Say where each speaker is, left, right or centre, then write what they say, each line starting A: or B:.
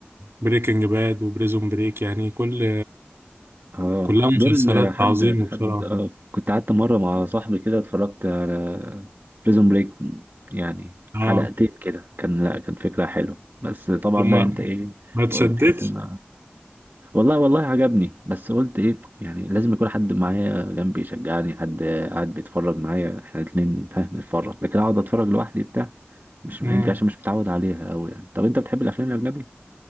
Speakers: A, on the right; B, on the right.
A: بريكنج باد وبريزون بريك يعني كل
B: اه
A: كلها مسلسلات
B: دول حد
A: عظيمة بصراحة
B: حد آه كنت قعدت مره مع صاحبي كده اتفرجت على بريزون بريك يعني
A: اه
B: حلقتين كده كان لا كان فكره حلوه بس طبعا
A: طب ما
B: بقى انت ايه
A: ما تشدتش
B: تحس ان والله والله عجبني بس قلت ايه يعني لازم يكون حد معايا جنبي يشجعني حد قاعد بيتفرج معايا احنا الاتنين ها نتفرج لكن اقعد اتفرج لوحدي بتاع مش
A: مم.
B: يمكن عشان مش متعود عليها قوي يعني طب انت بتحب الافلام الاجنبي